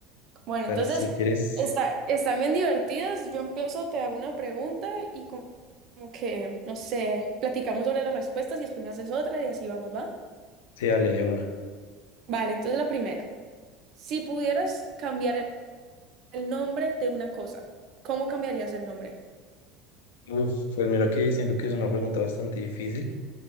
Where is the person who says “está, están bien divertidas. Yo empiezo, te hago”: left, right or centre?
Right